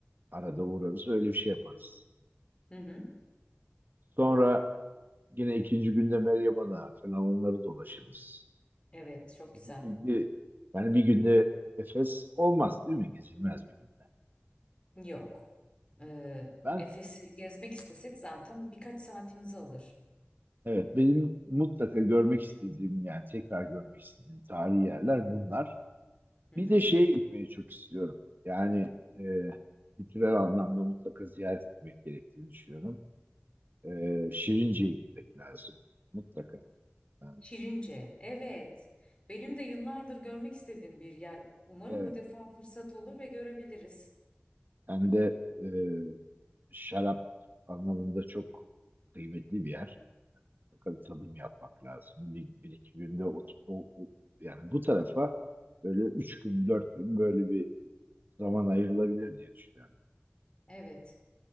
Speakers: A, on the right (about 50°); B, on the left (about 25°).
A: Arada uğrarız. Öyle bir şey yaparız.
B: Hı hı.
A: Sonra yine ikinci günde Meryem Ana falan onları dolaşırız.
B: Evet, çok
A: Bir,
B: güzel.
A: bir- yani bir günde Efes olmaz değil mi? Gezilmez bir günde.
B: Yok. Ee,
A: Ben
B: Efes'i gezmek istesek zaten birkaç saatimizi alır.
A: Evet, benim mutlaka görmek istediğim yani tekrar görmek istediğim tarihi yerler bunlar.
B: Hı hı.
A: Bir de şeye gitmeyi çok istiyorum. Yani e, kültürel anlamda mutlaka ziyaret etmek gerektiğini düşünüyorum. E, Şirince'ye gitmek lazım mutlaka. Yani,
B: Şirince, evet. Benim de yıllardır görmek istediğim bir yer. Umarım
A: evet,
B: bu defa fırsat olur ve görebiliriz.
A: hem de e, şarap anlamında çok kıymetli bir yer. Mutlaka bir tadım yapmak lazım. Bir, bir iki günde o, o, o- yani bu tarafa böyle üç gün dört gün böyle bir zaman ayrılabilir diye düşünüyorum.
B: Evet.